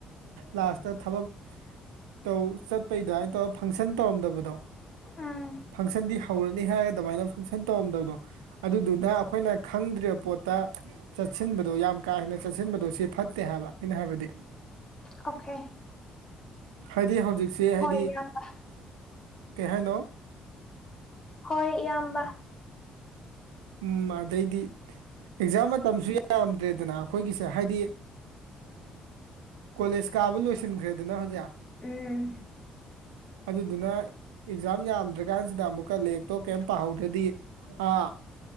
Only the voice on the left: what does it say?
ꯎꯝ
ꯑꯣꯀꯦ
ꯍꯣꯏ ꯏꯌꯥꯝꯕ
ꯍꯣꯏ ꯏꯌꯥꯝꯕ
ꯎꯝ